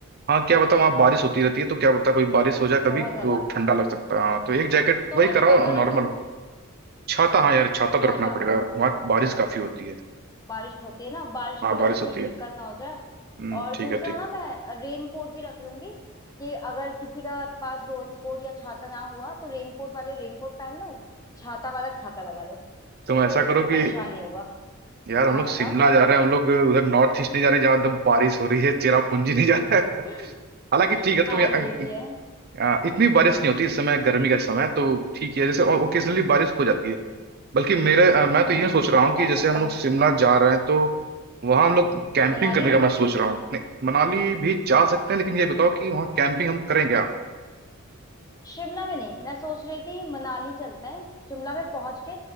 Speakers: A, on the right; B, on the left.
A: हाँ क्या बताओ वहाँ बारिश होती रहती है तो क्या बताओ कोई बारिश हो जाए कभी
B: बहुत ज्यादा
A: तो ठंडा लग सकता है हाँ तो एक जैकेट
B: तो
A: वही
B: मैं
A: कराओ
B: छाता
A: नॉर्मल
B: रख लूं
A: छाता हाँ यार छाता तो
B: छाता
A: रखना पड़ेगा वहाँ बारिश काफी होती है
B: बारिश होती है ना बारिश
A: हाँ
B: की वजह
A: बारिश
B: से
A: होती
B: ये
A: है
B: दिक्कत ना हो जाए
A: हम्म,
B: और
A: ठीक
B: दूसरा
A: है ठीक
B: ना मैं रेन कोट भी रख लूंगी कि अगर किसी का पास रेन कोट या छाता ना हुआ तो रेन कोट वाले रेन कोट पहन लो छाता वाला छाता लगा लो
A: तुम
B: तो
A: ऐसा
B: कोई भी
A: करो
B: परेशान
A: कि
B: नहीं होगा
A: यार हम
B: हाँ
A: लोग
B: बताओ
A: शिमला जा रहे हैं हम लोग उधर नॉर्थ ईस्ट नहीं जा रहे जहाँ एकदम बारिश हो रही है चेरापूंजी नहीं जा रहा है <laughs>
B: <laughs>
A: हालांकि ठीक है
B: हाँ
A: तुम यहाँ-
B: ये भी है
A: अ, इतनी बारिश नहीं होती इस समय गर्मी का समय है, तो ठीक है जैसे ओकेजनली बारिश हो जाती है बल्कि मेरे अ, मैं
B: हम्म
A: तो
B: हम्म
A: ये सोच रहा हूँ कि
B: कर
A: जैसे
B: सकते
A: हम
B: हैं
A: लोग शिमला जा रहे हैं तो वहाँ हम लोग कैंपिंग
B: मनाली
A: करने का मैं सोच रहा हूँ नहीं मनाली भी जा सकते हैं लेकिन ये बताओ कि वहाँ कैंपिंग हम करें क्या
B: शिमला में नहीं मैं सोच रही थी मनाली चलते हैं शिमला में पहुंच के